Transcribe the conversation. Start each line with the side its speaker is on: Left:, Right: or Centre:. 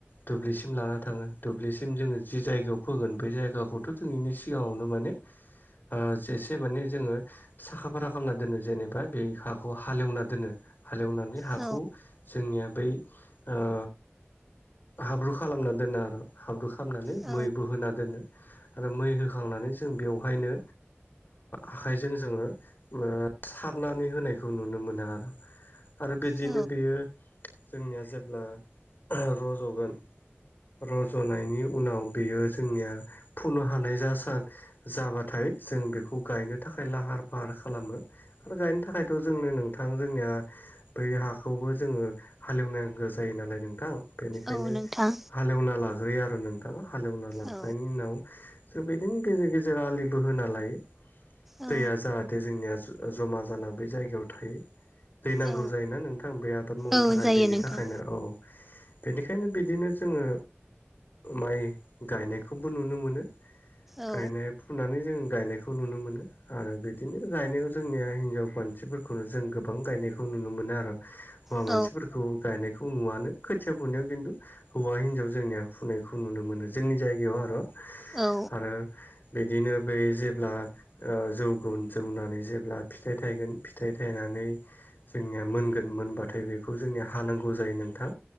Left: दुब्लिसिम लाना थाङो दुब्लिसिम जोङो जि जायगायाव फोगोन बेै जायगाखौथ' जों इनि सिगाङावनो माने आ जेसे माने जोङो साखा फारा खालामना दोनो जेनेबा बे हाखौ हालेवना दोनो हालेवनानै हाखौ
Centre: औ
Left: जोंनिया बै ओ हाब्रु खालामना दोनो आरो हाब्रु खालामनानै
Centre: औ
Left: मैबो होना दोनो। आरो मै होखांनानै जों बेवहायनो आखाइजों जोङो ओ सारनानै होनायखौ नुनो मोनो आरो। आरो बिदियैनो
Centre: औ
Left: बेयो जोंनिया जेब्ला रज'गोन रज'नायनि उनाव बियो जोंनिया फनो हानाय जासान जाबाथाय जों बेखौ गायनो थाखाय लाहार फाहार खा खालामो आरो गायनो थाखायथ' जोंनो नोंथां जोंनिया बै हाखौबो जोङो हालेवनांगौ जायो नालाय नोंथां बेनिखायनो
Centre: औ नोंथां
Left: हालएवना लाग्रोयो आरो नोंथाङा हालेवना लाखनायनि
Centre: औ
Left: उनाव जों बिदिनो गेजेर गेजेर आलिबो होना लायो।
Centre: औ
Left: दैया जाहाथे जोंनिया जमा जाना बै जायगायाव थायो। दै नांगौ
Centre: औ
Left: जायोना नोंथां बे आबाद मावनो
Centre: औ
Left: थाखाय
Centre: जायो
Left: बेनि
Centre: नोंथां
Left: थाखायनो औ बेनिखायनो बिदिनो जोङो माइ गायनायखौबो नुनो मोनो
Centre: औ
Left: गायनाया फुनानै जोंङो गायनायखौ नुनो मोनो आरो बिदिनो गायनायाव जोंनिया हिनजाव मानसिफोर खौनो जों गोबां गायनायखौ नुनो मोनो आरो हौवा
Centre: औ
Left: मानसिफोरखौ गायनायखौ नुवनो खोथिया फुनायाव खिन्थु हौवा हिन्जाव जोंनिया फुनायखौ नुनो मोनो जोंनि जायगायाव आरो। आरो
Centre: औ
Left: बिदिनो बै जेब्ला ओ जौगोन जौनानै जेब्ला फिथाइ थायगोन फिथाइ थायनानै जोंनिया मोनगोन मोनबाथाय बेखौ जोंनिया हानांगौ जायो नोंथां।